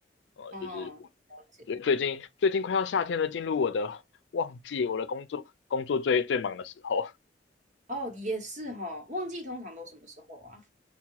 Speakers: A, on the left (about 85°); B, on the right (about 45°).
A: 呃，
B: 哦，
A: 就是我
B: 了解。
A: 最最近最近快要夏天了，进入我的旺季，我的工作工作最最忙的时候。
B: 哦，也是哈、哦旺季通常都什么时候啊？